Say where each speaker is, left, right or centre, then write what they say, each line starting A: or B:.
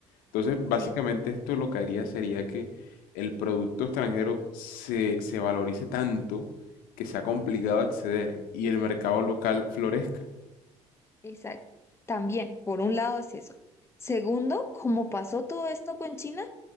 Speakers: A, on the left; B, on the left.
A: Entonces, básicamente
B: sí,
A: esto lo que haría sería que el producto extranjero se, se valorice tanto que sea complicado acceder y el mercado local florezca.
B: exacto. También, por un lado es eso. Segundo, como pasó todo esto con China.